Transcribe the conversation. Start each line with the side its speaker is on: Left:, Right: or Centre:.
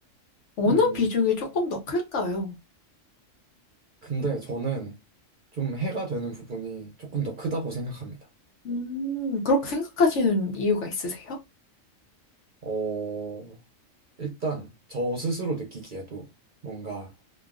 Left: 어느
Right: 음,
Left: 비중이 조금 더 클까요?
Right: 근데 저는 좀 해가 되는 부분이 조금 더 크다고 생각합니다.
Left: 음, 그렇게 생각하시는 이유가 있으세요?
Right: 어, 일단 저 스스로 느끼기에도 뭔가